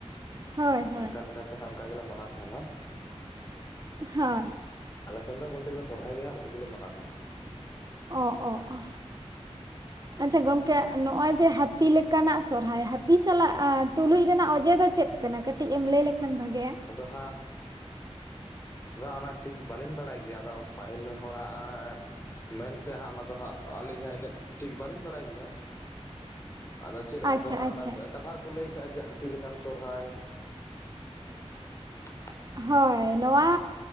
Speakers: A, on the right; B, on the left.
A: ᱦᱳᱭ ᱦᱳᱭ
B: ᱚᱱᱠᱟ ᱞᱮᱠᱟᱛᱮ ᱛᱟᱞᱦᱮ ᱚᱝᱠᱟ ᱜᱮᱞᱮ ᱢᱟᱱᱟᱣ ᱛᱟᱸᱦᱮᱱᱟ᱾
A: ᱦᱮᱸ᱾
B: ᱟᱞᱮ ᱥᱮᱱ ᱫᱚ ᱵᱚᱞᱛᱮ ᱜᱮᱞᱮ ᱥᱚᱨᱦᱟᱭ ᱜᱮ ᱦᱟᱸᱜ ᱵᱷᱟᱹᱜᱤ ᱞᱮ ᱢᱟᱱᱟᱣ ᱛᱟᱸᱦᱮᱱᱟ᱾
A: ᱚ ᱚ ᱚ᱾ ᱟᱪᱪᱷᱟ ᱜᱚᱝᱠᱮ ᱱᱚᱜ-ᱚᱭ ᱡᱮ ᱦᱟᱹᱛᱤ ᱞᱮᱠᱟᱱᱟᱜ ᱥᱚᱨᱦᱟᱭ, ᱦᱟᱹᱛᱤ ᱥᱟᱞᱟᱜ ᱛᱩᱞᱩᱡ ᱨᱮᱱᱟᱜ ᱚᱡᱮ ᱫᱚ ᱪᱮᱫ ᱠᱟᱱᱟ ᱠᱟᱹᱴᱤᱡ ᱮᱢ ᱞᱟᱹᱭ ᱞᱮᱠᱷᱟᱱ ᱵᱷᱟᱜᱮᱜ-ᱟ᱾
B: <unintelligible> ᱟᱫᱚ ᱚᱱᱟ ᱴᱷᱤᱠ ᱵᱟᱹᱞᱤᱧ ᱵᱟᱲᱟᱭ ᱜᱮᱭᱟ ᱟᱫᱚ ᱯᱟᱹᱦᱤᱞ ᱦᱚᱲᱟᱜ ᱢᱮᱱ ᱥᱮ ᱦᱟᱸᱜ ᱚᱱᱟ ᱫᱚ ᱦᱟᱸᱜ ᱟᱹᱞᱤᱧ ᱦᱟᱸᱜ ᱤᱱᱟᱹᱜ ᱴᱷᱤᱠ ᱵᱟᱹᱞᱤᱧ ᱵᱟᱲᱟᱭ ᱜᱮᱭᱟ᱾ ᱟᱫᱚ ᱪᱮᱫ ᱞᱮᱠᱟ
A: ᱟᱪᱪᱷᱟ
B: ᱠᱚ ᱦᱟᱸᱜ
A: ᱟᱪᱪᱷᱟ
B: ᱚᱱᱟ ᱠᱟᱛᱷᱟ ᱨᱮᱠᱚ ᱞᱟᱹᱭ ᱠᱟᱜ-ᱟ ᱡᱮ ᱦᱟᱹᱛᱤ ᱞᱮᱠᱟᱱ ᱥᱚᱨᱦᱟᱭ᱾ <inaudible>
A: ᱦᱳᱭ ᱱᱚᱣᱟ